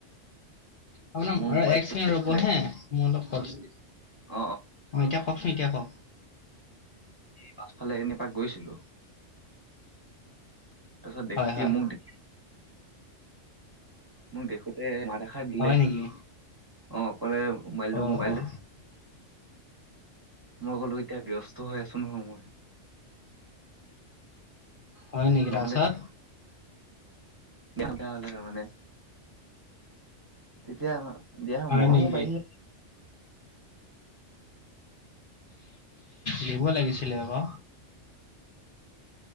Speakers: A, on the left; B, on the right.
A: আপোন
B: মোৰ
A: আৰু
B: মোবাইল
A: এক চেকেণ্ড ৰ'ব
B: আছিলে
A: হে, মই অলপ <unintelligible> অ' এতিয়া
B: অ
A: কওকচোন, এতিয়া কওক।
B: পাছফালে এনেই পাক গৈছিলোঁ। তাৰপিছত দেখি
A: হয় হয়
B: মোক দে মোক দেখোতে মাত এষাৰ দিলে
A: হয়, নেকি?
B: অ', কলে মোবাইলটো
A: অ
B: মোবাইল
A: অ
B: মই ক'লো এতিয়া ব্যস্ত হৈ আছো, নহয়। মই
A: হয়, নেকি
B: নহ'লে
A: তাৰপিছত?
B: <unintelligible> তেতিয়া দিয়া
A: হয়
B: মৰমো
A: নেকি
B: বাঢ়ি
A: দিব লাগিছিলে, আকৌ